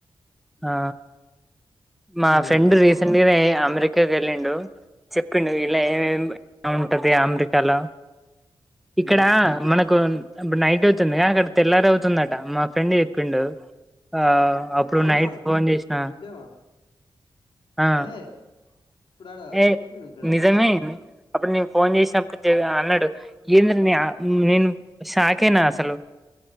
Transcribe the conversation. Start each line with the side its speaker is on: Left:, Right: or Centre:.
Centre: ఆ మా
Left: హ్మ్.
Centre: ఫ్రెండ్ రీసెంట్ గానే అమెరికాకి వెళ్ళిండు చెప్పిండు ఇలా ఏమేమి ఉంటది అమెరికాల
Left: హ్మ్.
Centre: ఇక్కడ మనకు ఇప్పుడు నైట్ అవుతుందిగా అక్కడ తెల్లారి అవుతుందట మా ఫ్రెండ్ చెప్పిండు ఆ అప్పుడు
Left: అవునా?
Centre: నైట్ ఫోన్ చేసిన
Left: నిజమా?
Centre: ఆ
Left: ఏహే! ఇప్పుడాడ
Centre: ఏ
Left: సూర్యుడు ఉంటాడా?
Centre: నిజమే అప్పుడు నేను ఫోన్ చేసినప్పుడు అన్నాడు ఏందిరా నేను షాకేనా అసలు